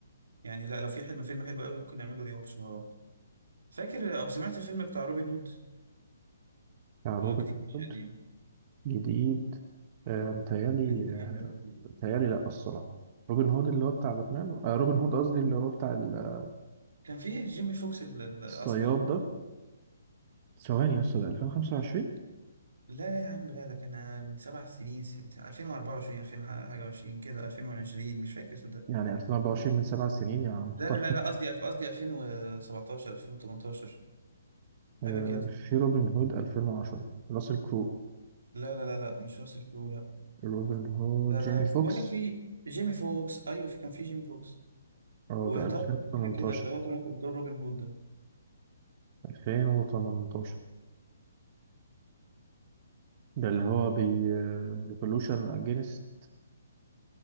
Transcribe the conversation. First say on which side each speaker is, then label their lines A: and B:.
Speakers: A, on the right; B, on the right.
A: يعني لا لو في حلم فيلم حلو قوي ممكن نعمله ري واتش مع بعض فاكر او سمعت الفيلم بتاع روبن هود
B: بتاع روبن
A: هو جديد مش
B: هود
A: قديم
B: جديد آه، متهيألي
A: فيلم كام يا ربي
B: بيتهيألي لأ الصراحة روبن هود اللي هو بتاع باتمان آه روبن هود قصدي اللي هو بتاع ال-
A: كان في جيمي فوكس ال- ال- الاسمر
B: الصياد
A: ده بحبه
B: ده
A: أوي.
B: ثواني يا اسطى ده 2025
A: لا لا يا عم لا ده كان من سبع سنين ست 2024 2000 حاجه و20 كده 2020 مش فاكر صدق
B: يعني 2024 من سبع سنين يا محترم
A: لا لا لا لا قصدي ألف- قصدي 2017 2018
B: <laughs> آه
A: حاجه كده
B: في روبن هود 2010 راسل كرو
A: لا لا لا لا مش راسل كرو لا
B: روبن هود
A: ده
B: جيمي فوكس
A: بقول لك في جيمي فوكس ايوه في كان في جيمي فوكس
B: اه
A: وطارون
B: ده 2018
A: حاجه كده اللي هو كان واخد دور روبن هود ده
B: 2018 ده اللي هو بي ريفولوشن اجينست